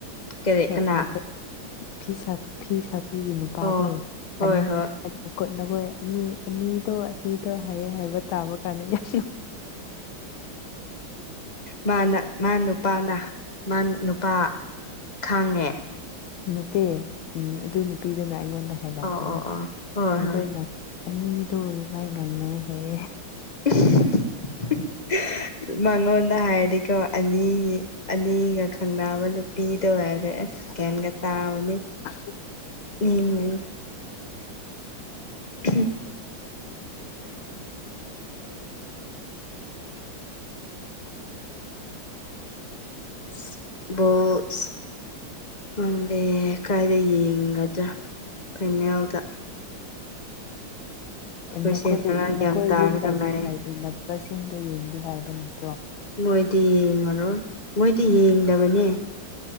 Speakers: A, on the left (about 35°); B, on the left (about 80°).
A: ꯀꯔꯤ
B: ꯑ
A: ꯀꯅꯥ
B: ꯅꯈꯣꯢ ꯐꯤ ꯁꯥꯕꯤꯒꯤ ꯅꯨꯄꯥꯗꯣ
A: ꯑꯣ ꯍꯣꯏ
B: ꯑꯅꯤ
A: ꯍꯣꯏ
B: ꯈꯣꯠꯅꯈꯣꯏ ꯑꯅꯤ ꯑꯅꯤꯗꯣ ꯑꯅꯤꯗꯣ ꯍꯥꯏꯌꯦꯦ ꯍꯥꯏꯕ ꯇꯥꯕ ꯀꯥꯟꯗ ꯌꯥꯝ
A: ꯃꯥꯅ ꯃꯥ ꯅꯨꯄꯥꯅ ꯃꯥ ꯅꯨꯄꯥ ꯈꯪꯉꯦ
B: ꯅꯠꯇꯦ ꯎꯝ ꯑꯗꯨ ꯅꯨꯄꯤꯗꯨꯅ ꯑꯩꯉꯣꯟꯗ ꯍꯂꯛꯄꯅꯤ
A: ꯑꯣ ꯑꯣ ꯑꯣ ꯍꯣꯏ
B: ꯃꯈꯣꯏꯅ
A: ꯍꯣꯏ
B: ꯑꯅꯤꯗꯣ ꯑꯗꯨ ꯃꯥꯏ ꯉꯥꯡꯅꯩꯍꯌꯦ
A: <unintelligible> ꯃꯉꯣꯟꯗ ꯍꯥꯏꯔꯗꯤꯀꯣ ꯑꯅꯤ ꯑꯅꯤꯒ ꯈꯪꯅꯕ ꯅꯨꯄꯤꯗꯧ ꯍꯥꯏꯔꯦ ꯑꯁ ꯀꯦꯦꯜꯒ ꯇ ꯑꯃꯅꯤꯅꯤ
B: ꯑ
A: ꯎꯝ ꯍ
B: ꯎ
A: <unintelligible> ꯅꯪꯗꯦ ꯀꯥꯏꯗ ꯌꯦꯡꯒꯗ꯭ꯔꯥ ꯐꯥꯏꯅꯦꯜꯗ ꯑꯩꯈꯣꯏꯁꯦ
B: ꯅꯈꯣꯏ
A: ꯈꯔ ꯒ꯭ꯌꯥꯟ
B: ꯅꯈꯣꯏ
A: ꯇꯥꯔꯒ
B: ꯌꯨꯝꯕꯤ
A: ꯂꯩ
B: ꯂꯩꯕꯤ ꯕꯁꯁꯤꯡꯗꯣ ꯌꯦꯡꯒꯦ ꯍꯥꯏꯕ ꯅꯠꯇ꯭ꯔꯣ
A: ꯃꯣꯏꯗꯤ ꯌꯦꯡꯉꯔꯣꯏ ꯃꯣꯏꯗꯤ ꯌꯦꯡꯗꯕꯅꯦ